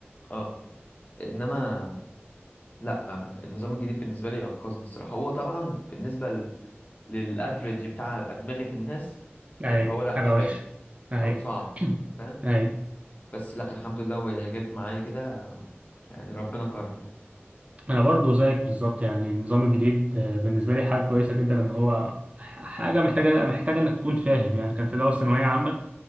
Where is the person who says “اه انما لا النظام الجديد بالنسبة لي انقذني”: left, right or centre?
Left